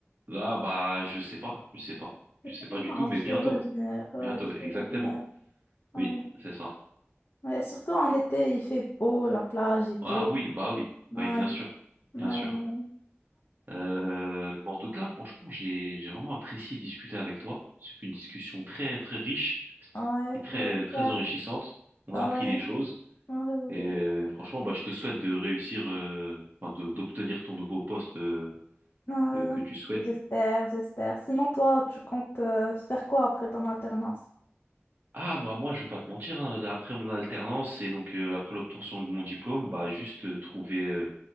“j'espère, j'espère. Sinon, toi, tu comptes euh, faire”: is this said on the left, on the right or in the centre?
Left